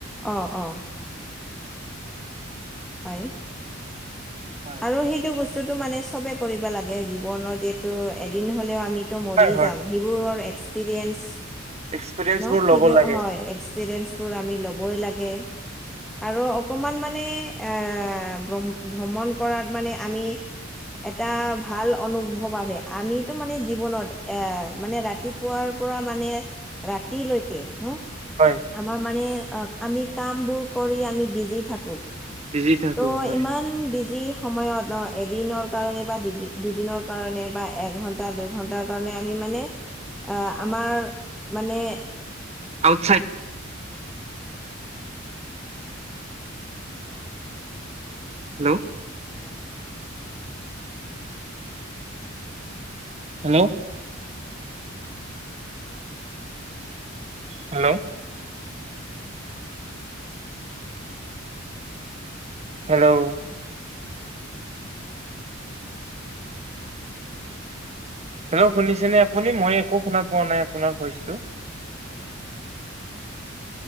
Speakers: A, in the centre; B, on the right.
A: অ অ। হয়।
B: হয়।
A: আৰু সেইটো বস্তুটো মানে সবে কৰিব লাগে জীৱনৰ যিহেতু এদিন হ'লেও আমি ত মৰি
B: হয়
A: যাম সেইবোৰৰ এক্সপেৰিয়েঞ্চ
B: এক্সপিৰিয়েঞ্চ
A: ন
B: বোৰ
A: সেইবোৰ
B: ল'ব লাগে
A: হয় এক্স- পেৰেঞ্চবোৰ আমি ল'বই লাগে আৰু অকণমান মানে এ ভ্ৰম ভ্ৰমণ কৰাত মানে আমি এটা ভাল অনুভৱ বাবে আমিতো মানে জীৱনত এ মানে ৰাতি পোৱাৰ পৰা মানে ৰাতিলৈকে ন
B: হয়।
A: আমাৰ মানে আক আমি কাম বোৰ কৰি আমি বিজি থাকো।
B: বিজি থাকো
A: ত
B: হয়
A: ইমান বিজি সময়ত অ এদিনৰ কাৰণে বা দু দুদিনৰ কাৰণে বা এঘন্টা দুইঘন্টা কাৰণে আমি মানে আমাৰ মানে
B: outside hello hello hello hello hello শুনিছে নে আপুনি মই একো শুনা পোৱা নাই আপোনাৰ ভইচটো?